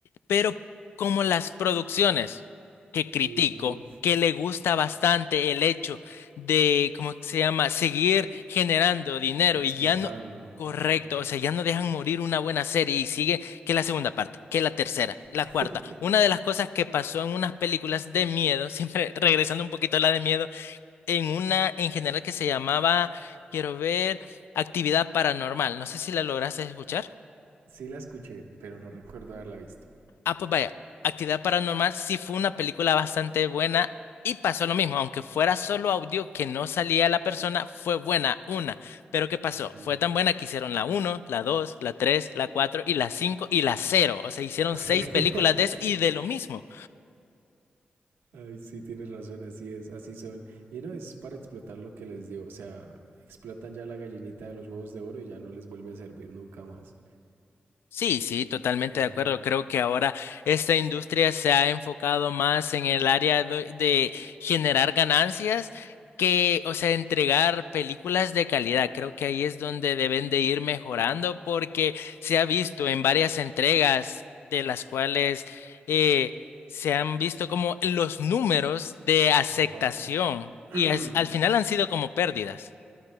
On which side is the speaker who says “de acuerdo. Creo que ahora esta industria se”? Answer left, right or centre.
Left